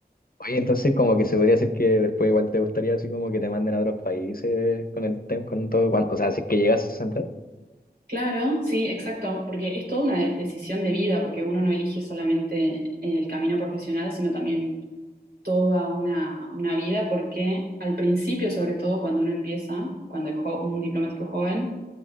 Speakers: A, on the left (about 60°); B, on the right (about 75°).
A: oye, entonces como que se podría decir que después igual te gustaría así como que te manden a otros países con el tema, con todo, cuan- o sea, si es que llegas a entrar.
B: Claro, sí, exacto, porque es toda una de- decisión de vida, porque uno no elige solamente el camino profesional, sino también toda una, una vida, porque al principio, sobre todo cuando uno empieza, cuando es jo- un diplomático joven,